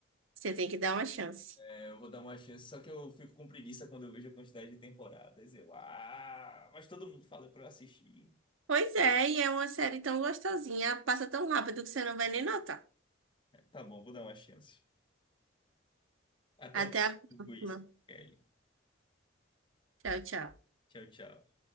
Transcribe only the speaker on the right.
Você tem que dar uma chance.
Pois é, e é uma série tão gostosinha. Passa tão rápido que você não vai nem notar.
Até
a próxima.
Tchau, tchau.